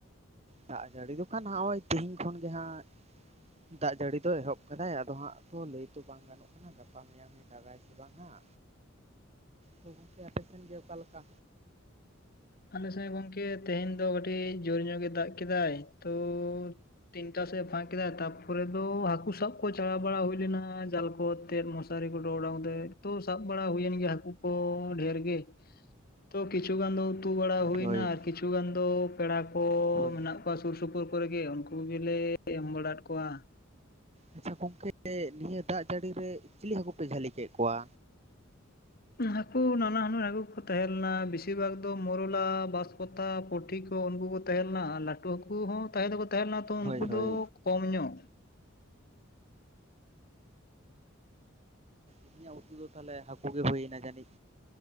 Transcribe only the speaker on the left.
ᱟᱞᱮ ᱥᱮᱫ ᱜᱚᱝᱠᱮ ᱛᱮᱦᱮᱧ ᱫᱚ ᱠᱟᱹᱴᱤᱡ ᱡᱳᱨ ᱱᱚᱜ ᱜᱮ ᱫᱟᱜ ᱠᱮᱫᱟᱭ ᱛᱚ ᱛᱤᱱᱴᱟ ᱥᱮᱫ ᱮ ᱯᱷᱟᱸᱠ ᱠᱮᱫᱟᱭ᱾ ᱛᱟᱯᱚᱨᱮ ᱫᱚ ᱦᱟᱹᱠᱩ ᱥᱟᱵ ᱠᱚ ᱪᱟᱞᱟᱣ ᱵᱟᱲᱟ ᱦᱩᱭ ᱞᱮᱱᱟ ᱡᱟᱞ ᱠᱚ ᱛᱮᱫ ᱢᱚᱥᱟᱨᱤ ᱠᱚ ᱰᱚᱰᱟᱣ ᱠᱟᱛᱮᱫ ᱛᱚ ᱥᱟᱵ ᱵᱟᱲᱟ ᱦᱩᱭᱮᱱ ᱜᱮᱭᱟ ᱦᱟᱹᱠᱩ ᱠᱚ ᱰᱷᱮᱨ ᱜᱮ᱾ ᱛᱚ ᱠᱤᱪᱩ ᱜᱟᱱ ᱫᱚ ᱩᱛᱩ ᱵᱟᱲᱟ ᱦᱩᱭᱱᱟ
ᱟᱨ ᱠᱤᱪᱷᱩ ᱜᱟᱱ ᱫᱚ ᱯᱮᱲᱟ ᱠᱚ
ᱢᱮᱱᱟᱜ ᱠᱚᱣᱟ ᱥᱩᱨ ᱥᱩᱯᱩᱨ ᱠᱚᱨᱮ ᱜᱮ ᱩᱱᱠᱩ ᱜᱮᱞᱮ ᱮᱢ ᱵᱟᱲᱟᱫ ᱠᱚᱣᱟ᱾
ᱦᱩᱸ ᱦᱟᱹᱠᱩ ᱱᱟᱱᱟ ᱦᱩᱱᱟᱹᱨ ᱦᱟᱹᱠᱩ ᱠᱚ ᱛᱟᱦᱮᱸ ᱞᱮᱱᱟ, ᱵᱮᱥᱤᱨ ᱵᱷᱟᱜᱽ ᱫᱚ ᱢᱚᱨᱚᱞᱟ, ᱵᱟᱸᱥᱯᱟᱛᱟ, ᱯᱩᱴᱷᱤ ᱠᱚ ᱩᱱᱠᱩ ᱠᱚ ᱛᱟᱦᱮᱸ ᱞᱮᱱᱟ ᱟᱨ ᱞᱟᱹᱴᱩ ᱦᱟᱹᱠᱩ ᱦᱚᱸ ᱛᱟᱦᱮᱸ ᱫᱚᱠᱚ ᱛᱟᱦᱮᱸ ᱞᱮᱱᱟ ᱛᱚ ᱩᱱᱠᱩ
ᱫᱚ ᱠᱚᱢ ᱧᱚᱜ᱾